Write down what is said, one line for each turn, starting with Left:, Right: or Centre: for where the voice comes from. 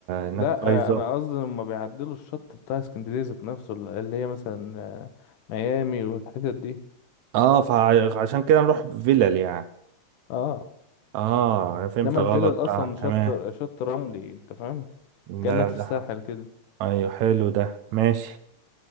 Left: لا
Right: هناك بايظه
Left: انا قصدي لما بيعدلوا الشط بتاع اسكندرية ذات نفسه اللي هي مثلا آه، ميامي والحتت دي
Right: اه فعشان كده نروح فيلل يعني
Left: اه
Right: اه انا فهمت
Left: انما
Right: غلط
Left: الفلل اصلا
Right: اه
Left: شط
Right: تمام
Left: شط رملي انت فاهم
Right: لا
Left: كأنك في
Right: لا لا.
Left: الساحل كده
Right: ايوه حلو ده ماشي